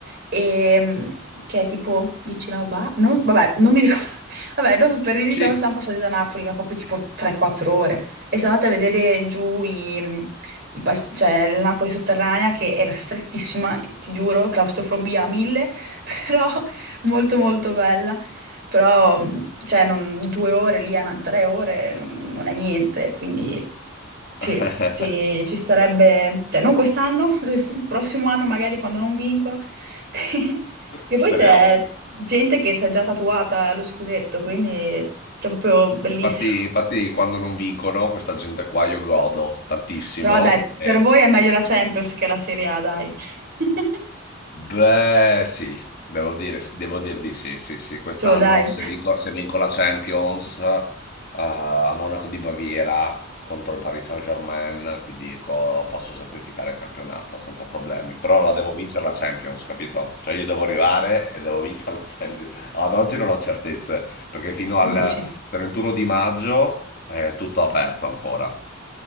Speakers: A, on the right; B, on the left.
A: e, mm, che è tipo vicino a Oba. Non, vabbè, non mi ricordo. <laughs> Vabbè, dopo per il ritorno
B: Sì.
A: siamo passati da Napoli, ma proprio tipo 3-4 ore. E siamo andate a vedere giù i, i pas- cioè, la Napoli sotterranea che era strettissima, ti giuro, claustrofobia a mille, <laughs> però molto molto bella. Però cioè, non, due ore lì, a na- tre ore, non, non è niente, quindi sì,
B: <laughs>
A: ci, ci starebbe, cioè non quest'anno, <laughs> il prossimo anno magari quando non vincono. <laughs> Che
B: Speriamo.
A: poi c'è gente che si è già tatuata allo scudetto, quindi è proprio bellissimo.
B: Infatti, infatti quando non vincono questa gente qua io godo tantissimo.
A: <laughs> Però dai,
B: e-
A: per voi è meglio la Champions che la Serie A, dai. <laughs>
B: Beh, sì, devo dire, devo dir di sì, sì, sì. Quest'anno
A: Cioè, dai,
B: se vinco, se vinco la Champions eh, a Monaco di Baviera contro il Paris Saint-Germain, ti dico, posso sacrificare il campionato senza problemi. Però la devo vincere la Champions, capito? Cioè io devo arrivare e devo vincere la Champions. Ad oggi non ho certezze, perché fino al
A: dici.
B: 31 di maggio è tutto aperto ancora.